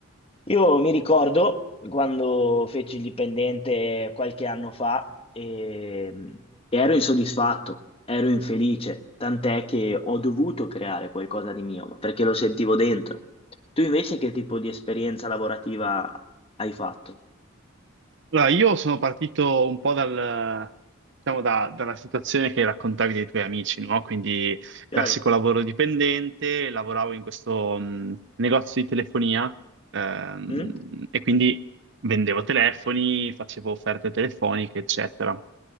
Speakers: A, on the left (about 25°); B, on the right (about 55°).
A: Io mi ricordo quando feci il dipendente qualche anno fa ehm, e ero insoddisfatto, ero infelice, tant'è che ho dovuto creare qualcosa di mio, ma perché lo sentivo dentro. Tu invece che tipo di esperienza lavorativa hai fatto?
B: Allora, io sono partito un po' dal, diciamo, da- dalla situazione che raccontavi dei tuoi amici, no? Quindi classico
A: Chiaro?
B: lavoro dipendente, lavoravo in questo mh, negozio di telefonia ehm,
A: Mm?
B: e quindi vendevo telefoni, facevo offerte telefoniche, eccetera.